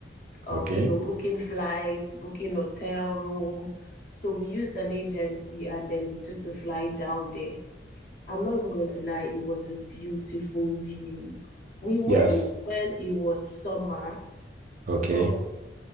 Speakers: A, on the left (about 55°); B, on the right (about 45°).
A: of,
B: Okay.
A: you know, booking flights, booking hotel room. So we used an agency and then we took the flight down there. I'm not even going to lie, it was a beautiful view. We went
B: Yes.
A: when it was summer.
B: Okay.
A: So